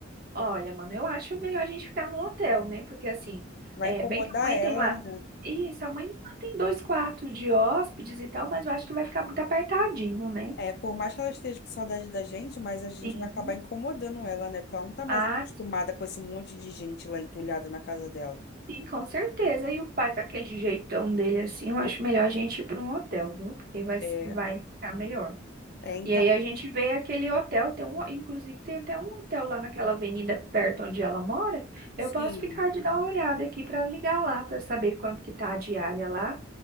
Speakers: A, on the right; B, on the left.
A: Olha, mano, eu acho melhor a gente ficar no hotel, né? Porque assim,
B: Vai
A: é
B: incomodar
A: bem que a mãe
B: ela,
A: tem lá.
B: né?
A: Isso, a mãe lá tem dois quartos de hóspedes e tal, mas eu acho que vai ficar muito apertadinho, né?
B: É, por mais que ela esteja com saudade da gente, mas a gente
A: Sim.
B: vai acabar incomodando ela, né? Porque ela não tá mais
A: Ah,
B: acostumada com esse monte de gente lá entulhada na casa dela.
A: sim, com certeza. E o pai com aquele jeitão dele assim, eu acho melhor a gente ir para um hotel, viu? Porque vai,
B: É,
A: vai ficar melhor.
B: é então,
A: E aí a gente vê aquele hotel, tem um, inclusive tem até um hotel lá naquela avenida perto onde ela mora.
B: sim.
A: Eu posso ficar de dar uma olhada aqui para ligar lá para saber quanto que tá a diária lá.